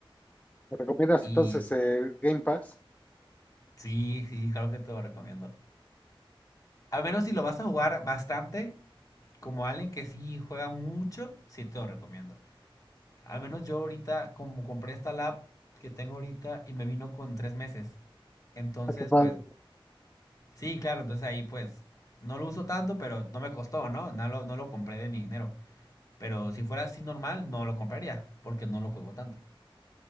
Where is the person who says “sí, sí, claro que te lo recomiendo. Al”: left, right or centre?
Left